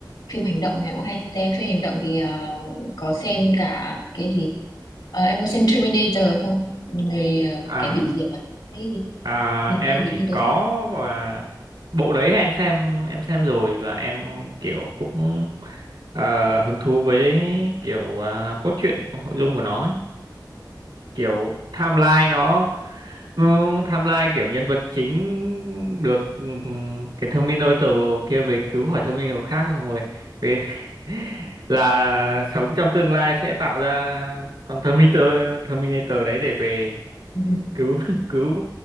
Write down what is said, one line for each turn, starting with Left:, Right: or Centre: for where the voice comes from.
Left: phim hành động thì cũng hay xem phim hành động thì ờ, có xem cả cái gì Ờ, em có xem Terminator không người ờ,
Right: à
Left: kẻ hủy diệt à cái gì
Right: À,
Left: hình
Right: em
Left: như là gì
Right: thì
Left: như thế
Right: có và bộ đấy em xem em xem rồi và em kiểu cũng ờ, hứng thú với kiểu à, cốt truyện nội dung của nó ấy. Kiểu timeline nó ừ, timeline kiểu nhân vật chính được ừ, cái Terminator kia về cứu khỏi Terminator khác không rồi về <laughs> là sống trong tương lai sẽ tạo ra con Terminator Terminator đấy để về
Left: ừ.
Right: cứu <laughs> cứu